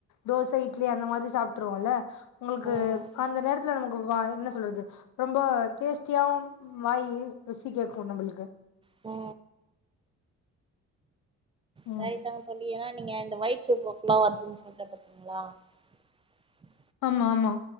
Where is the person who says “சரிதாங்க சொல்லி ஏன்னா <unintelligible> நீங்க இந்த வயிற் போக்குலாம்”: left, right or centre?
Right